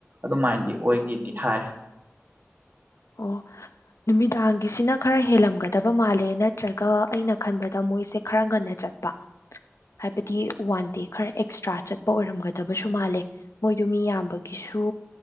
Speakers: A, on the right (about 40°); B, on the left (about 85°).
A: ꯑꯗꯨꯃꯥꯏꯅꯗꯤ ꯑꯣꯏꯒꯤꯗꯤ ꯍꯥꯏ
B: ꯑꯣ ꯅꯨꯃꯤꯗꯥꯡꯒꯤꯁꯤꯅ ꯈꯔ ꯍꯦꯜꯂꯝꯒꯗꯕ ꯃꯥꯜꯂꯦ ꯅꯠꯇ꯭ꯔꯒ ꯑꯩꯅ ꯈꯟꯕꯗ ꯃꯣꯏꯁꯦ ꯈꯔ ꯉꯟꯅ ꯆꯠ ꯍꯥꯏꯕꯗꯤ ꯋꯥꯟ ꯗꯦ ꯈꯔ ꯑꯦꯛꯁꯇ꯭ꯔꯥ ꯆꯠꯄ ꯑꯣꯏꯔꯝꯒꯗꯕꯁꯨ ꯃꯥꯜꯂꯦ ꯃꯣꯏꯗ ꯃꯤ ꯌꯥꯝꯕꯒꯤꯁꯨ